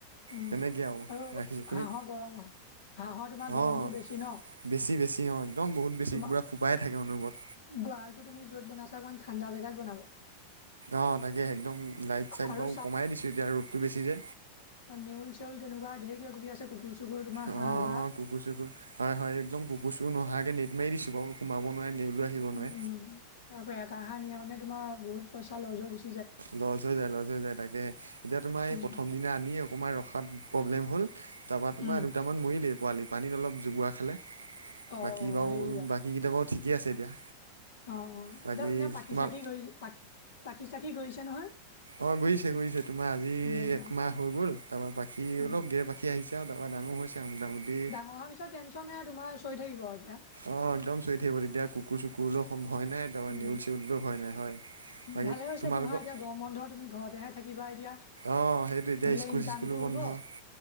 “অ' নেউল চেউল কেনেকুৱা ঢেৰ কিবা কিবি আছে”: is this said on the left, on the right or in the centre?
Left